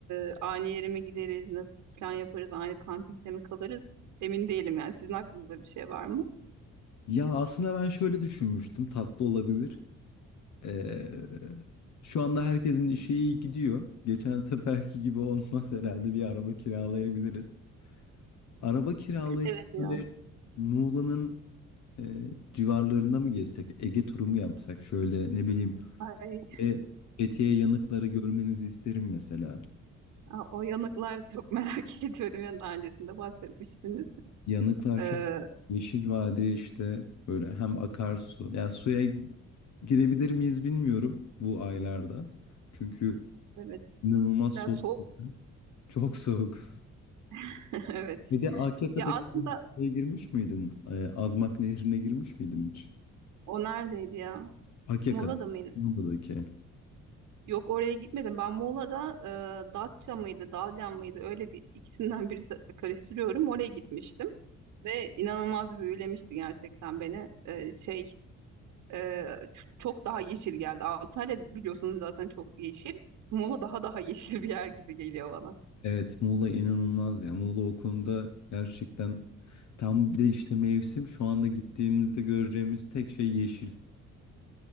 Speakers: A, on the right; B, on the left.
A: e, aynı yere mi gideriz? Nasıl plan yaparız? Aynı kampingde mi kalırız? Emin değilim yani. Sizin aklınızda bir şey var mı?
B: Ya aslında ben şöyle düşünmüştüm, tatlı olabilir. Ee, şu anda herkesin işi iyi gidiyor. Geçen seferki gibi olmaz herhalde bir araba kiralayabiliriz. Araba kiralayıp
A: Evet ya.
B: böyle Muğla'nın e, civarlarında mı gezsek? Ege turu mu yapsak? Şöyle ne bileyim.
A: Ay
B: E, Fethiye yanıkları görmenizi isterim mesela.
A: Aa, O yanıklar çok merak <laughs> ediyorum. Yani daha öncesinde bahsetmiştiniz.
B: Yanıklar
A: Ee,
B: çok yeşil vadi işte böyle hem akarsu. Ya suya girebilir miyiz bilmiyorum bu aylarda. Çünkü
A: evet.
B: inanılmaz soğuk.
A: Biraz soğuk.
B: Çok soğuk.
A: <laughs> Evet.
B: Bir de Akyaka'daki
A: Ya aslında
B: şeye girmiş miydin? E, Azmak Nehri'ne girmiş miydin hiç?
A: o neredeydi ya?
B: Akyaka'daki.
A: Muğla'da mıydı? Yok oraya gitmedim. Ben Muğla'da e, Datça mıydı, Dalyan mıydı? Öyle bir ikisinden birisi karıştırıyorum. Oraya gitmiştim ve inanılmaz büyülemişti gerçekten beni. Ee, şey Ee, ç- çok daha yeşil geldi. Antalya biliyorsunuz zaten çok yeşil. Muğla daha daha <laughs> yeşil bir yer gibi geliyor bana.
B: Evet Muğla inanılmaz ya. Muğla o konuda gerçekten tam bir de işte mevsim şu anda gittiğimizde göreceğimiz tek şey yeşil.